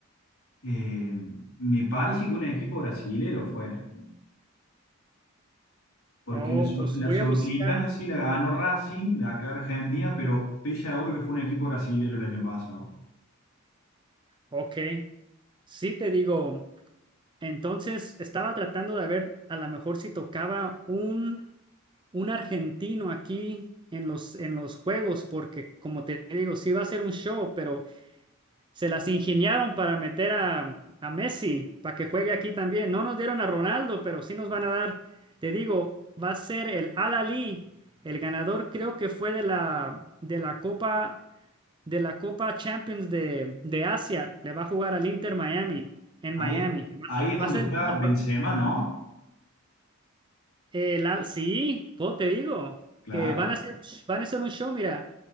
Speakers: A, on the left; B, on the right.
A: eh, me parece que un equipo brasilero fue. Porque
B: Oh,
A: la, Sud-
B: pues
A: la
B: voy
A: Sudamericana
B: a buscar.
A: sí la ganó Racing de acá a Argentina, pero estoy seguro que fue un equipo brasilero el año pasado.
B: Ok. Sí, te digo, Entonces estaba tratando de ver a lo mejor si tocaba un, un argentino aquí en los, en los juegos, porque como te digo, sí va a ser un show, pero se las ingeniaron para meter a, a Messi para que juegue aquí también. No nos dieron a Ronaldo, pero sí nos van a dar, te digo, va a ser el Al-Ali, el ganador creo que fue de la, de la Copa, de la Copa Champions de, de Asia, le va a jugar al Inter Miami, en
A: Ahí,
B: Miami. Va a
A: ahí
B: ser,
A: es donde
B: va a ser
A: está
B: el primer
A: Benzema,
B: juego.
A: ¿no?
B: El al- sí, po, te digo,
A: Claro.
B: que van a hacer, van a hacer un show, mira,